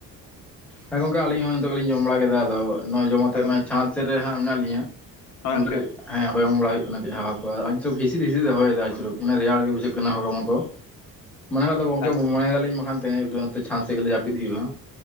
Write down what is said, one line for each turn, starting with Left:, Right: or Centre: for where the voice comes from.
Centre: ᱦᱮᱸ ᱜᱚᱝᱠᱮ ᱟᱹᱞᱤᱧ ᱦᱚᱸ ᱱᱤᱛᱚᱜ ᱞᱤᱧ ᱡᱚᱢ ᱵᱟᱲᱟ ᱠᱮᱫᱟ ᱟᱫᱚ ᱱᱚᱣᱟ ᱡᱚᱢ ᱟᱛᱮᱜ
Left: ᱦᱳᱭ ᱜᱚᱝᱠᱮ
Centre: ᱪᱷᱟᱸᱛ ᱥᱮᱫ ᱨᱮ ᱦᱟᱸᱜ ᱢᱮᱱᱟᱜ ᱞᱤᱧᱟᱹ
Left: ᱦᱳᱭ
Centre: <unintelligible>
Left: ᱜᱚᱝᱠᱮ
Centre: ᱦᱮᱸ ᱦᱚᱭᱚᱝ ᱵᱟᱲᱟ ᱦᱩᱭᱩᱜ ᱠᱟᱱᱟ ᱦᱟᱣᱟ ᱠᱚ ᱟᱨ ᱡᱚᱠ ᱦᱤᱸᱥᱤᱫ ᱦᱤᱸᱥᱤᱫ ᱦᱚᱭᱮᱫ ᱟᱡᱚᱠ ᱢᱟᱱᱮ ᱨᱮᱮᱟᱲ ᱜᱮ ᱵᱩᱡᱷᱟᱹᱜ ᱠᱟᱱᱟ ᱦᱚᱲᱢᱚ ᱠᱚ ᱢᱚᱱᱮ ᱜᱚᱝᱠᱮ
Left: ᱟᱪᱪᱷᱟ
Centre: ᱢᱚᱱᱮ ᱫᱟᱞᱤᱧ ᱢᱟᱠᱷᱟᱱ ᱛᱮᱦᱮᱧ ᱟᱹᱭᱩᱵ ᱫᱚ ᱪᱷᱟᱛ ᱥᱮᱫ ᱜᱮ ᱡᱟᱹᱯᱤᱫ ᱦᱩᱭᱩᱜᱼᱟ